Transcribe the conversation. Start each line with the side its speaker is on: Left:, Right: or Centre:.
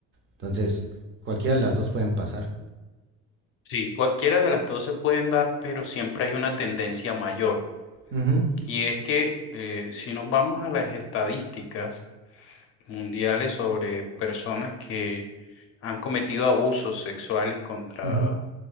Right: Entonces, cualquiera de las dos pueden pasar.
Left: Sí, cualquiera de las dos se pueden dar, pero siempre hay una tendencia mayor.
Right: Ujú,
Left: Y es que eh, si nos vamos a las estadísticas mundiales sobre personas que han cometido abusos sexuales contra
Right: ujú.